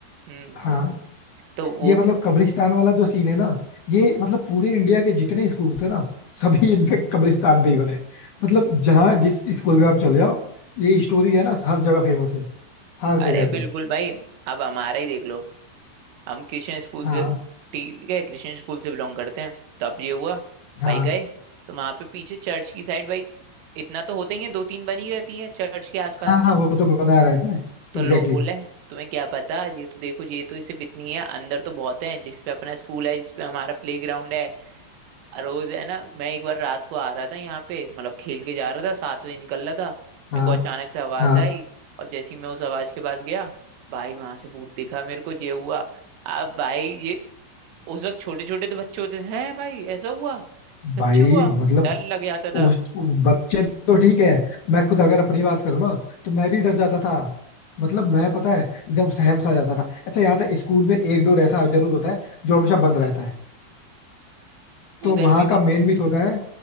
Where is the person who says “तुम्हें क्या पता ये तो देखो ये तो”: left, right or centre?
Right